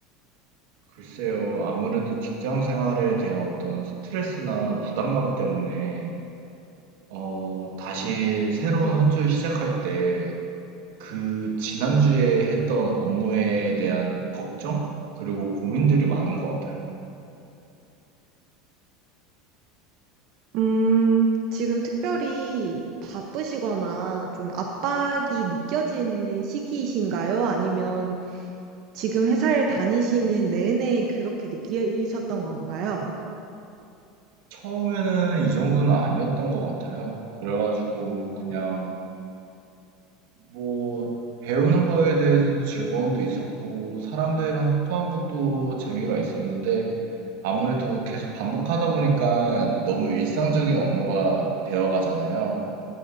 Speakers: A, on the right (about 70°); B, on the right (about 50°).
A: 글쎄요, 아무래도 직장 생활에 대한 어떤 스트레스나 부담감 때문에 어, 다시 새로운 한 주 시작할 때 그 지난주에 했던 업무에 대한 걱정? 그리고 고민들이 많은 것 같아요.
B: 음, 지금 특별히 바쁘시거나 좀 압박이 느껴지는 시기이신가요? 아니면 지금 회사를 다니시는 내내 그렇게 느끼셨던 건가요?
A: 처음에는 이 정도는 아니었던 것 같아요. 그래가지고 그냥 뭐 배우는 거에 대해서도 즐거움도 있었고 사람들이랑 소통한 것도 재미가 있었는데 아무래도 계속 반복하다 보니까 너무 일상적인 업무가 되어가잖아요.